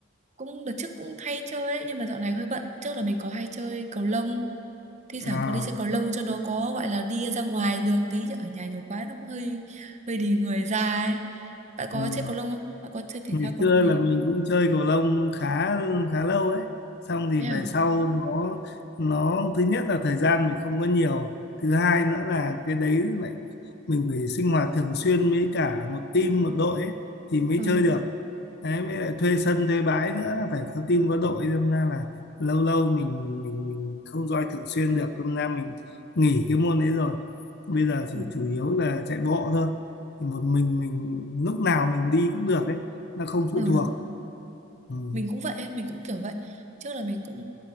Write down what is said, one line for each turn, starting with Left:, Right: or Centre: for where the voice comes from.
Right: cũng đợt trước cũng hay chơi ấy nhưng mà dạo này hơi bận trước là mình có hay chơi cầu lông thi thoảng
Left: À,
Right: có đi xe cầu lông cho nó có gọi là đi ra ngoài đường tí chứ ở nhà nhiều quá nó cũng hơi hơi đi người ra ấy bạn có
Left: ừ.
Right: chơi cầu lông không bạn có chơi thể
Left: Ngày
Right: thao cầu
Left: xưa
Right: lông gì
Left: là
Right: không
Left: mình cũng chơi cầu lông khá khá lâu ấy. Xong thì
Right: thế
Left: về
Right: à
Left: sau nó nó thứ nhất là thời gian mình không có nhiều, thứ hai nữa là cái đấy lại mình phải sinh hoạt thường xuyên với cả một team một đội ấy, thì mới
Right: ừ
Left: chơi
Right: đúng
Left: được. đấy với lại thuê sân thuê bãi nữa phải có team có đội đâm ra là lâu lâu mình mình mình không roi thường xuyên được đâm ra mình nghỉ cái môn đấy rồi bây giờ thì
Right: ừ,
Left: chủ yếu là chạy bộ thôi thì một mình mình lúc nào mình đi cũng được đấy nó không phụ
Right: ừ
Left: thuộc
Right: đúng
Left: ừ.
Right: mình cũng vậy ấy, mình cũng kiểu vậy trước là mình cũng